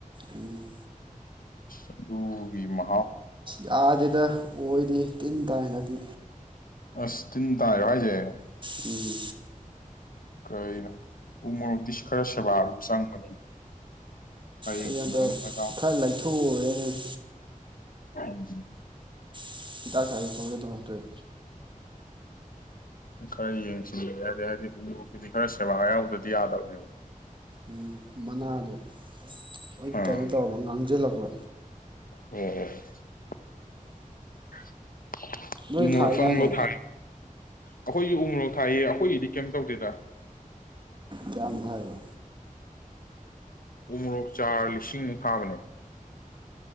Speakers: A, on the right (about 35°); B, on the left (about 80°).
A: ꯎꯝ
B: ꯑꯗꯨꯒꯤꯃ
A: ꯌꯥꯗꯦꯗ ꯑꫭꯏꯗꯦ ꯇꯤꯟ ꯇꯥꯏ ꯌꯟꯗꯛꯇꯤ
B: ꯑꯁ ꯇꯤꯟ ꯇꯥꯏꯔꫭ ꯍꯥꯏꯖꯦ
A: ꯎꯝ
B: ꯀꯩꯅꯣ ꯎꯃꫭꯔꫭꯛꯇꯤꯁ ꯈꯔ ꯁꯦꯕꯥ ꯑꯗꯨꯝ ꯆꯪꯕꯅꯤ ꯈꯔ ꯌꯦꯡꯁꯤꯟꯕ
A: ꯑꯩ ꯍꯟꯗꯛ
B: ꯑꯃ ꯌꯥꯎꯗꯗꯤ
A: ꯈꯔ ꯂꯥꯏꯊꯣꯛꯎꯔꯦꯅꯩ
B: ꯌꯥꯗꯕꯅꯤ <inaudible>
A: <unintelligible> <unintelligible> ꯇꯧꯍꯧꯗ꯭ꯔꯦ
B: ꯈꯔ ꯌꯦꯡꯁꯤꯟꯒꯦ ꯌꯥꯏꯗꯦ ꯍꯥꯏꯗꯤ ꯎꯃꫭꯌꫭꯛ ꯀꯤꯗꯤ ꯈꯔ ꯁꯦꯕꯥ ꯌꯥꯎꯗ꯭ꯔꯗꯤ ꯌꯥꯗꯕꯅꯦꯕ
A: ꯎꯝ ꯃꯅꯥꯗꯣ ꯂꯣꯏ
B: ꯑꯥ
A: ꯀꯩꯅꯣ ꯇꯧꯔꯕ ꯉꯥꯡꯖꯜꯂꯛꯄ
B: <unintelligible> <unintelligible>
A: ꯅꯣꯏ
B: ꯎꯃꫭꯔꫭꯛ
A: ꯊꯥꯏꯗꯥꯏꯅꯦ
B: ꯆꯪꯕ <unintelligible> ꯑꯈꯣꯏꯒꯤ ꯎꯃꯣꯔꯣꯛ ꯊꯥꯏꯌꯦ ꯑꯈꯣꯏꯒꯤꯗꯤ ꯀꯌꯤꯝ ꯇꯧꯗꯦꯗ
A: ꯀꯌꯥꯝ ꯊꯥꯏꯕ
B: ꯎꯣꯃꫭꯔꯣꯛ ꯆꯥꯔ ꯂꯤꯁꯤꯡꯄꯨꯛ ꯊꯥꯕꯅꯦ